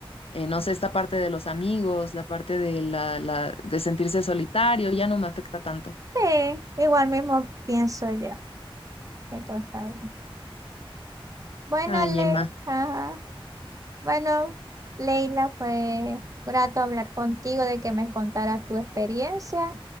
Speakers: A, on the left; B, on the right.
A: eh, no sé, esta parte de los amigos, la parte de, la, la, de sentirse solitario, ya no me afecta tanto.
B: Sí, igual mismo pienso yo. que todo está bien. Bueno,
A: Ay,
B: Le,
A: Emma.
B: ajá. Bueno, Leila, fue grato hablar contigo de que me contaras tu experiencia.